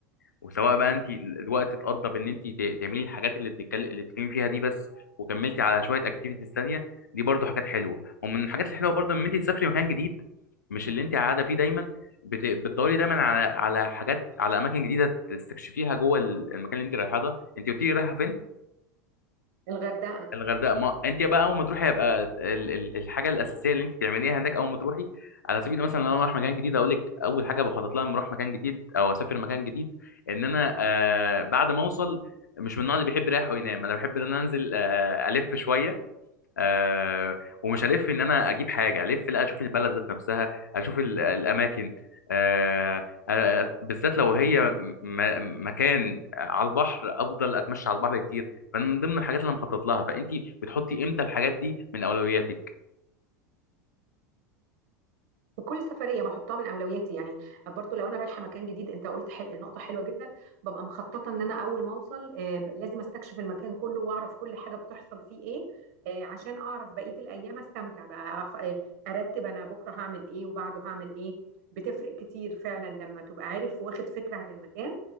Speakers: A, on the left; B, on the right.
A: وسواء بقى انت الوقت اتقضى بان انت ت- تعملي الحاجات اللي بتتكلم اللي بتتكلمي فيها دي بس وكملتي على شويه اكتيفيتيز تانية دي برضو حاجات حلوه ومن الحاجات الحلوه برضو ان انت تسافري مكان جديد مش اللي انت قاعده فيه دايما بت... بتدوري دايما على على حاجات على اماكن جديده تستكشفيها جوه ال- المكان اللي انت رايحاه ده انت قلتي لي رايحه فين
B: الغردقة
A: الغردقه ما انت بقى اول ما تروحي هيبقى ال... ال... الحاجه الاساسيه اللي انت تعمليها هناك اول ما تروحي على سبيل المثل لو انا رايح مكان جديد اقول لك اول حاجه بخطط لها لما اروح مكان جديد او اسافر مكان جديد ان انا آه بعد ما اوصل مش من النوع اللي بيحب يريح وينام انا بحب ان انا انزل آه الف شويه آه ومش هلف ان انا اجيب حاجه الف لا اشوف البلد ذات نفسها اشوف ال- الاماكن آه آه، آه، بالذات لو هي م- م- مكان على البحر افضل اتمشى على البحر كتير فمن ضمن الحاجات اللي انا مخطط لها فانت بتحطي امتى الحاجات دي من اولوياتك
B: كل سفرية بحطها من أولوياتي يعني برضو لو أنا رايحة مكان جديد أنت قلت حل... نقطة حلوة جدا ببقى مخططة إن أنا أول ما أوصل آه، ب- لازم أستكشف المكان كله وأعرف كل حاجة بتحصل فيه إيه آه، عشان أعرف بقية الأيام أستمتع بقى أخ... آه، أرتب أنا بكرة هعمل إيه وبعده هعمل إيه بتفرق كتير فعلا لما تبقى عارف واخد فكرة عن المكان